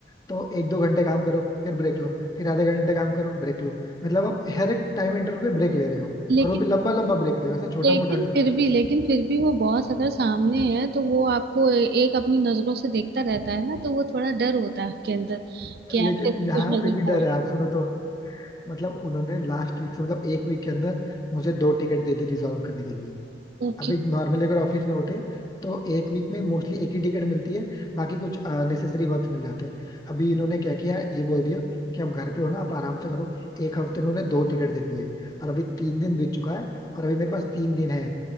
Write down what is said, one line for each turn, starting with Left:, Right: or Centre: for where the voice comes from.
Left: तो एक दो घंटे काम करो फिर ब्रेक लो फिर आधे घंटे काम करो ब्रेक लो मतलब आप हर एक टाइम इंटरवल पे ब्रेक ले रहे
Right: है
Left: हो
Right: लेकिन
Left: और वो भी लंबा लंबा ब्रेक ले रहे हो ऐसे छोटा
Right: लेकिन
Left: मोटा नहीं
Right: फिर भी लेकिन फिर भी वो बॉस अगर सामने है तो वो आपको ए- एक अपनी नजरों से देखता रहता है ना तो वो थोड़ा डर होता है आपके अंदर कि
Left: लेकिन
Right: यार फिर कुछ
Left: यहाँ
Right: ना
Left: पे
Right: कुछ
Left: भी डर
Right: बोल
Left: है आप सुनो तो मतलब उन्होंने लास्ट वीक से मतलब एक वीक के अंदर मुझे दो टिकट दे दी रिजॉल्व करने के लिए
Right: ओके
Left: अभी नॉर्मली अगर ऑफिस में होते तो एक वीक में मोस्टली एक ही टिकट मिलती है बाकी कुछ नेसेसरी वर्क मिल जाते हैं अभी इन्होंने क्या किया ये बोल दिया कि आप घर पे हो ना आप आराम से करो एक हफ्ते में उन्हें दो टिकट दे दिए और अभी तीन दिन बीत चुका है और अभी मेरे पास तीन दिन है